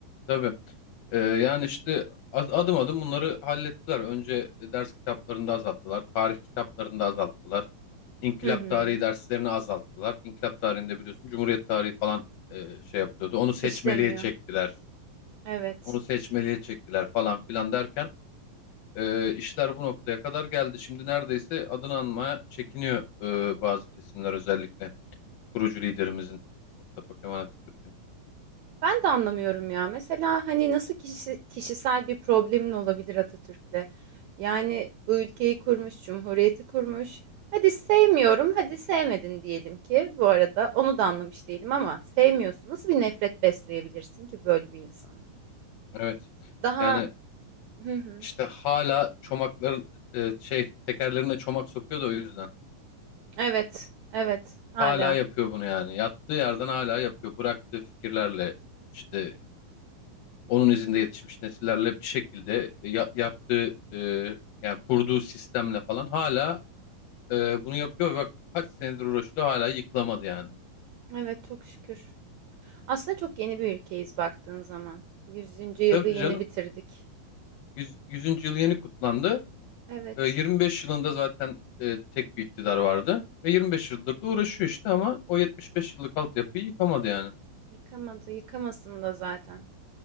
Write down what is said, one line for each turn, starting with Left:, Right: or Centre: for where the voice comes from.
Left: Tabii. Ee, yani işte ad- adım adım bunları hallettiler. Önce e, ders kitaplarında azalttılar. Tarih kitaplarında azalttılar. İnkılap
Right: Hı hı.
Left: tarihi derslerini azalttılar. İnkılap tarihinde biliyorsun Cumhuriyet tarihi falan e, şey yapıyordu. Onu seçmeliğe
Right: İşleniyor.
Left: çektiler.
Right: Evet.
Left: Onu seçmeliğe çektiler falan filan derken e, işler bu noktaya kadar geldi. Şimdi neredeyse adını anmaya çekiniyor e, bazı kesimler özellikle kurucu liderimizin Mustafa Kemal Atatürk'ün.
Right: Ben de anlamıyorum ya. Mesela hani nasıl kişi, kişisel bir problemin olabilir Atatürk'le? Yani bu ülkeyi kurmuş, cumhuriyeti kurmuş. Hadi sevmiyorum, hadi sevmedin diyelim ki. Bu arada onu da anlamış değilim ama sevmiyorsun. Nasıl bir nefret besleyebilirsin ki böyle bir insana?
Left: Evet.
Right: Daha
Left: Yani
Right: hı hı.
Left: İşte hala çomakların e, şey tekerlerine çomak sokuyor da o yüzden.
Right: Evet, evet. Hala.
Left: Hala yapıyor bunu yani. Yattığı yerden hala yapıyor. Bıraktığı fikirlerle işte onun izinde yetişmiş nesillerle bir şekilde e, ya- yaptığı e, yani kurduğu sistemle falan hala e, bunu yapıyor. Ve Bak kaç senedir uğraşıyor hala yıkılamadı yani.
Right: Evet, çok şükür. Aslında çok yeni bir ülkeyiz baktığın zaman. Yüzüncü
Left: E,
Right: yılı
Left: Tabii
Right: yeni
Left: canım
Right: bitirdik.
Left: 100, 100. yılı yeni kutlandı.
Right: Evet.
Left: E, 25 yılında zaten e, tek bir iktidar vardı. Ve 25 yıldır da uğraşıyor işte ama o 75 yıllık altyapıyı yıkamadı yani.
Right: Yıkamadı, yıkamasın da zaten.